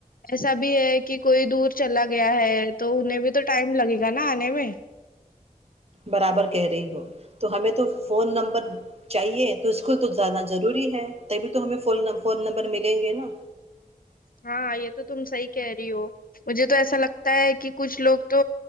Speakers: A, on the left; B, on the right.
A: ایسا بھی ہے کہ کوئی دور چلا گیا ہے تو انہیں بھی تو ٹائم لگے گا نا آنے میں
B: برابر کہہ رہی ہو تو ہمیں تو فون نمبر چاہیے تو اسک تو زیادہ ضروری ہے تبھی تو ہمیں ف فون نمبر ملیں گے نا
A: ہاں یہ تو تم صحی کہہ رہی ہو مجھے تو ایسا لگتا ہے کہ کچھ لوگ تو